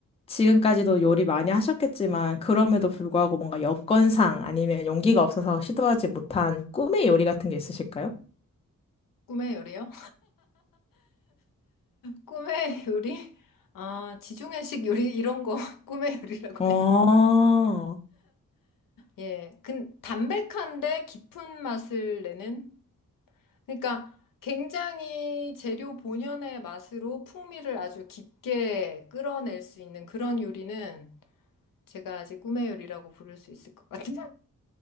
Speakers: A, on the left; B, on the left.
A: 지금까지도 요리 많이 하셨겠지만 그럼에도 불구하고 뭔가 여건상 아니면 용기가 없어서 시도하지 못한 꿈의 요리 같은 게 있으실까요?
B: 꿈의 요리요? 꿈의 요리? 아, 지중해식 요리 이런 거 <laughs> 꿈의 요리라고
A: 어,
B: 해요. 예. 근 담백한데 깊은 맛을 내는 그러니까 굉장히 재료 본연의 맛으로 풍미를 아주 깊게 끌어낼 수 있는 그런 요리는 제가 아직 꿈의 요리라고 부를 수 있을 것 같아요.